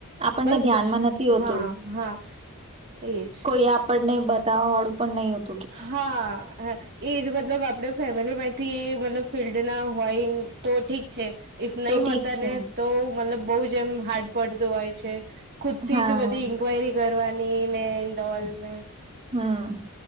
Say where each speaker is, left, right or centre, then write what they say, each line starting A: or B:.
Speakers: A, on the right; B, on the right.
A: આપણને
B: બસ
A: ધ્યાનમાં નથી હોતું.
B: હા હા એજ
A: કોઈ આપણને બતાવવા વાળું પણ નહોતુ.
B: હા હ એજ મતલબ આપણેે ફેમિલી માંથી મતલબ ફિલ્ડ ના હોય તો ઠીક છે ઈફ નહીં
A: તો ઠીક
B: હોતા
A: છે
B: ને તો મતલબ બહુ જ એમ હાર્ડ પડતું હોય છે ખુદ થી
A: હા
B: જ બધી ઇન્ક્વાયરી કરવારની ને ઓલ ને
A: હમ